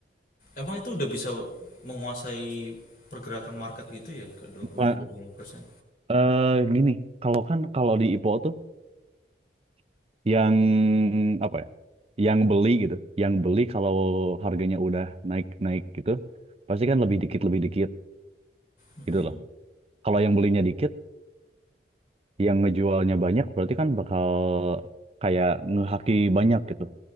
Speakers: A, on the left; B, on the right.
A: emang itu udah bisa menguasai pergerakan market gitu ya ke 20
B: Bukan-
A: 25%.
B: eh gini, kalau kan kalau di IPO tuh yang apa ya? Yang beli gitu, yang beli kalau harganya udah naik-naik gitu, pasti kan lebih dikit lebih dikit
A: Mm-mm.
B: gitu loh. Kalau yang belinya dikit, yang ngejualnya banyak berarti kan bakal kayak ngehaki banyak gitu,